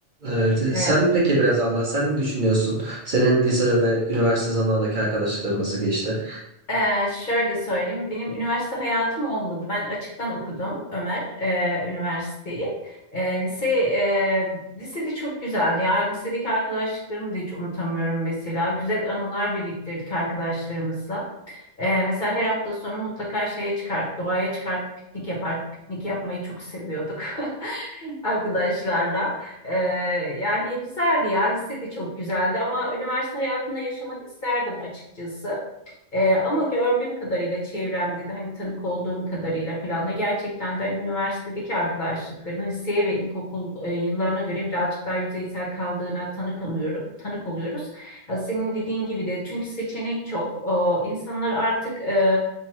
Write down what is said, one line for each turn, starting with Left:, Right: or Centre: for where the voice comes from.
Right: Ee, sen
Left: E,
Right: peki biraz anlat. Sen ne düşünüyorsun? Senin lisede ve üniversite zamanındaki arkadaşlıkların nasıl geçti?
Left: e, şöyle söyleyeyim, benim üniversite hayatım olmadı. Ben açıktan okudum Ömer e, üniversiteyi. E, lise e, lisede çok güzeldi. Ya lisedeki arkadaşlıklarımı da hiç unutamıyorum mesela. Güzel anılar biriktirdik arkadaşlarımızla. Ee, mesela her hafta sonu mutlaka şeye çıkart, doğaya çıkart, piknik yapar. Piknik yapmayı çok seviyorduk <laughs> arkadaşlarla. Ee, yani güzeldi ya, lise de çok güzeldi ama üniversite hayatında yaşamak isterdim açıkçası. Ee, ama gördüğüm kadarıyla çevremde de hani tanık olduğum kadarıyla falan da gerçekten de hani üniversitedeki arkadaşlıkların liseye ve ilkokul e, yıllarına göre birazcık daha yüzeysel kaldığına tanık, anıyorum, tanık oluyoruz. Ya Senin dediğin gibi de çünkü seçenek çok. O, insanlar artık e,